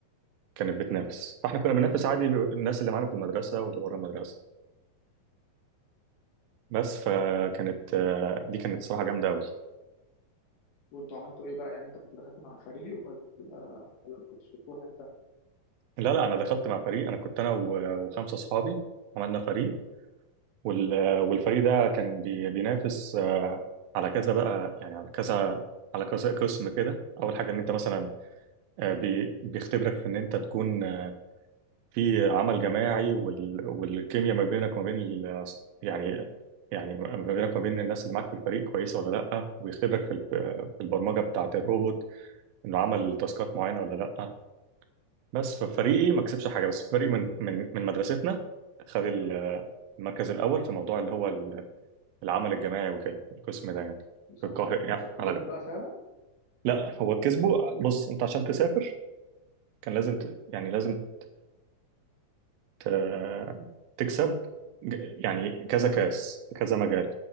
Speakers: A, on the right; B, on the left.
A: كانت بتنافس فاحنا كنا بننافس عادي الناس اللي معانا في المدرسه واللي بره المدرسه بس فكانت آه، دي كانت صراحه جامده قوي
B: وانتوا عملتوا ايه بقى يعني انت كنت دخلت مع فريق ولا ولا ما كنتش بتروح انت
A: لا لا انا دخلت مع فريق انا كنت انا و- وخمسه اصحابي عملنا فريق وال- والفريق ده كان بي- بينافس آه، على كذا بقى يعني على كذا على كذا قسم كده اول حاجه ان انت مثلا آه، بي- بيختبرك في ان انت تكون في عمل جماعي وال... والكيمياء ما بينك وما بين ال... يعني يعني ما بينك وما بين الناس اللي معاك في الفريق كويسه ولا لا ويختبرك في ال- في البرمجه بتاعه الروبوت انه عمل تاسكات معينه ولا لا بس في فريقي ما كسبش حاجه بس في فريقي من من من مدرستنا خد ال- المركز الاول في موضوع اللي هو ال- العمل الجماعي وكده القسم ده يعني
B: وسف-
A: في القاهره يعني
B: وسفروهم
A: على ده
B: بقى فعلا
A: لا هو كسبه بص انت عشان تسافر كان لازم ت... يعني لازم ت- تكسب ج- يعني كذا كاس في كذا مجال